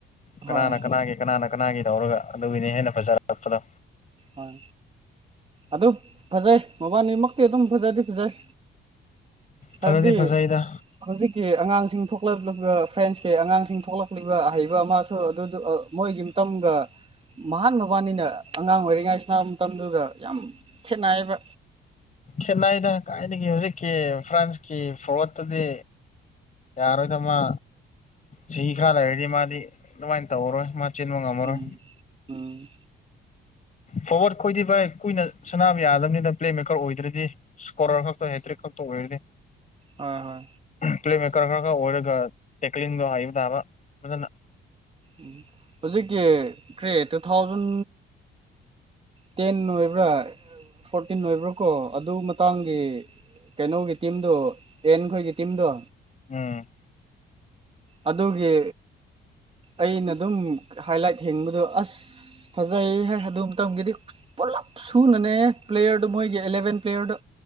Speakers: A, on the left; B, on the right.
A: ꯀꯅꯥꯅ
B: ꯍꯣꯏ
A: ꯀꯅꯥꯒꯤ ꯀꯅꯥꯅ ꯀꯅꯥꯒꯤ ꯇꯧꯔꯒ ꯑꯗꯨꯒꯤꯅꯦ ꯍꯦꯟꯅ ꯐꯖꯔꯛꯄꯗꯣ
B: ꯍꯣꯏ ꯑꯗꯨ ꯐꯖꯩ ꯃꯕꯥꯅꯤꯃꯛꯇꯤ ꯑꯗꯨꯝ ꯐꯖꯗꯤ ꯐꯖꯩ
A: ꯐꯖꯗꯤ
B: ꯍꯥꯏꯕꯗꯤ
A: ꯐꯖꯩꯗ
B: ꯍꯧꯖꯤꯛꯀꯤ ꯑꯉꯥꯡꯁꯤꯡ ꯊꯣꯛꯂꯛꯂꯤꯕ ꯐ꯭ꯔꯦꯟꯁꯀꯤ ꯑꯉꯥꯡꯁꯤꯡ ꯊꯣꯛꯂꯛꯂꯤꯕ ꯑꯍꯩꯕ ꯑꯃ ꯑꯗꯨ ꯃꯣꯏꯒꯤ ꯃꯇꯝꯒ ꯃꯍꯥꯟ ꯃꯕꯥꯅꯤꯅ ꯑꯉꯥꯡ ꯑꯣꯏꯔꯤ ꯉꯥꯏ ꯁꯅꯕ ꯃꯇꯝꯗꯨꯗ ꯌꯥꯝ ꯈꯦꯠꯅꯩꯌꯦꯕ
A: ꯈꯦꯠꯅꯩꯏꯗ ꯀꯥꯏꯗꯒꯤ ꯍꯧꯖꯤꯛꯀꯤ ꯐ꯭ꯔꯥꯟꯁꯀꯤ ꯐꯣꯔꯋꯥꯠꯇꯨꯗꯤ ꯌꯥꯔꯣꯏꯗ ꯃꯥ ꯆꯍꯤ ꯈꯔ ꯂꯩꯔꯗꯤ ꯃꯥꯗꯤ ꯑꯗꯨꯃꯥꯏꯅ ꯇꯧꯔꯔꯣꯏ ꯆꯦꯟꯕ ꯉꯝꯃꯔꯣꯏ
B: ꯎꯝ ꯎ
A: ꯐꯣꯔꯋꯥꯔꯗ ꯈꯣꯏꯗꯤ ꯚꯥꯏ ꯀꯨꯏꯅ ꯁꯅꯥꯕ ꯌꯥꯗꯕꯅꯤꯗ ꯄ꯭ꯂꯦꯃꯦꯀꯔ ꯑꯣꯏꯗ꯭ꯔꯗꯤ ꯏꯁꯀꯣꯔꯔ ꯈꯛꯇ ꯍꯦꯇ꯭ꯔꯤꯛ ꯈꯛꯇ ꯑꯣꯏꯔꯗꯤ
B: ꯍꯣꯏ ꯍꯣꯏ
A: ꯄꯂꯦꯝꯃꯦꯀꯔ ꯈꯔ ꯈꯔ ꯑꯣꯏꯔꯒ ꯇꯦꯛꯀꯂꯤꯛꯗꯣ ꯍꯩꯏꯕ ꯇꯥꯕ ꯐꯖꯅ
B: ꯎꯝ ꯍꯧꯖꯤꯛꯀꯤ ꯀ꯭ꯔꯤ ꯇꯨ ꯊꯥꯎꯖꯟ ꯇꯦꯟ ꯑꯣꯏꯕ꯭ꯔꯥ ꯐꯣꯔꯇꯤꯟ ꯑꯣꯏꯕ꯭ꯔꯥ ꯀꯣ ꯑꯗꯨ ꯃꯇꯥꯡꯒꯤ ꯀꯩꯅꯣꯒꯤ ꯇꯤꯝꯗꯣ ꯑꯦꯟ ꯈꯣꯏꯒꯤ ꯇꯤꯝꯗꯣ
A: ꯎꯝ
B: ꯑꯗꯨꯒꯤ ꯑꯩꯅ ꯑꯗꯨꯝ ꯍꯥꯏꯂꯥꯏꯠ ꯍꯤꯡꯕꯗꯣ ꯑꯁ ꯐꯖꯩ ꯍꯥꯏ ꯑꯗꯨ ꯃꯇꯝꯒꯤꯗꯤ ꯄꯨꯂꯞ ꯁꯨꯅꯅꯦ ꯄ꯭ꯂꯦꯌꯔꯗꯣ ꯃꯣꯏꯒꯤ ꯑꯦꯂꯚꯦꯟ ꯄ꯭ꯂꯦꯌꯔꯗ